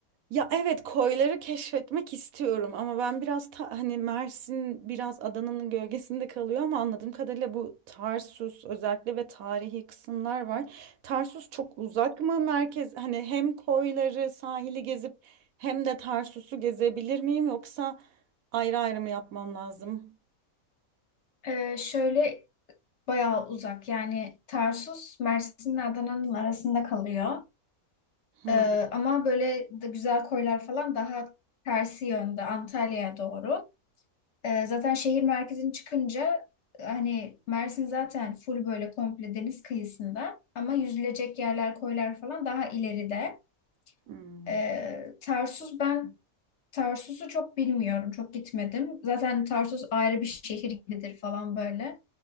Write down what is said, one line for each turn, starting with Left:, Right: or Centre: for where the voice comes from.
Right: Ya evet koyları keşfetmek istiyorum ama ben biraz ta- hani Mersin biraz Adana'nın gölgesinde kalıyor ama anladığım kadarıyla bu Tarsus özellikle ve tarihi kısımlar var. Tarsus çok uzak mı merkez hani hem koyları sahili gezip hem de Tarsus'u gezebilir miyim yoksa ayrı ayrı mı yapmam lazım?
Left: Ee, şöyle Bayağı uzak yani Tarsus Mersin'le Adana'nın arasında kalıyor.
Right: Hmm,
Left: Ee, ama böyle de güzel koylar falan daha tersi yönde Antalya'ya doğru. Ee, zaten şehir merkezini çıkınca hani Mersin zaten full böyle komple deniz kıyısında ama yüzülecek yerler koylar falan daha ileride.
Right: hmm.
Left: Ee, Tarsus ben Tarsus'u çok bilmiyorum çok gitmedim. Zaten Tarsus ayrı bir şehir gibidir falan böyle.